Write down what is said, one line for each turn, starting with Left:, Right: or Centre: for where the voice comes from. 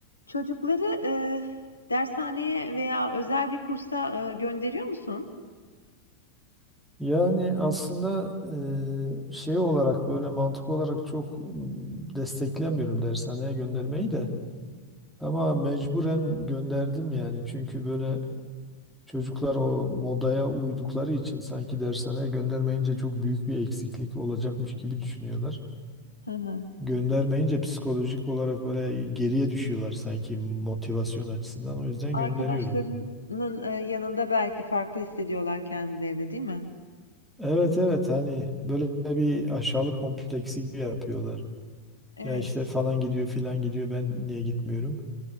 Left: Çocukları, eee, dershaneye veya özel bir kursa, eee, gönderiyor musun?
Centre: Yani aslında e, şey olarak böyle mantık olarak çok mm, desteklemiyorum dershaneye göndermeyi de. Ama mecburen gönderdim yani. Çünkü böyle çocuklar o modaya uydukları için sanki dershaneye göndermeyince çok büyük bir eksiklik olacakmış gibi düşünüyorlar.
Left: Hı hı.
Centre: Göndermeyince psikolojik olarak böyle geriye düşüyorlar sanki motivasyon açısından. O yüzden
Left: Arkadaşlarının,
Centre: gönderiyorum.
Left: eee, yanında belki farklı hissediyorlar kendilerini, değil mi?
Centre: Evet evet hani böyle bir aşağılık kompleksi gibi yapıyorlar.
Left: Evet.
Centre: Ya işte falan gidiyor filan gidiyor ben niye gitmiyorum?